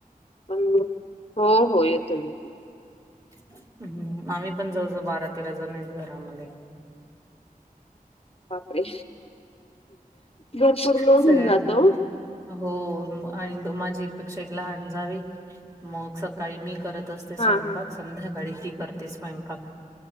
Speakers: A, on the left (about 40°); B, on the right (about 25°).
A: पन मग, हो हो येतोय येतो.
B: हू आम्ही पण जवळ जवळ बारा तेरा जण आहेत घरामध्ये.
A: बापरे! भरपूर लोड
B: सगळ्यांच
A: होऊन जातो.
B: करा. हो न मं आणि माझी एकपेक्षा एक लहान जाव हे मग सकाळी मी करत असते स्वयंपाक,
A: हां, हां.
B: संध्याकाळी ती करते स्वयंपाक